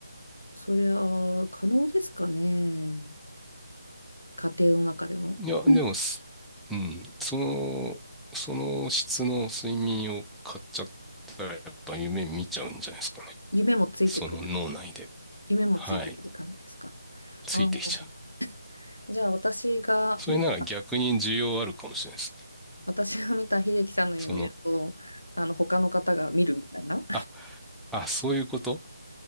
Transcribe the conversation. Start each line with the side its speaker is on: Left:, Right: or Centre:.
Left: それは可能ですかね。家庭の中でも。
Centre: いや、でもす、
Left: うん
Centre: うん、その、その質の睡眠を買っちゃったら、やっぱ夢見ちゃうんじゃないですかね。
Left: 夢もついてくる。
Centre: その脳内で。
Left: 夢もついてくる感じですか。
Centre: はい。ついてきちゃう。
Left: ああ。じゃあ、私が見る
Centre: それなら逆に需要あるかもしれないですね。
Left: 私が見た秀樹さんの夢をあの他の方が見るみたいな
Centre: その、あ、あ、そういうこと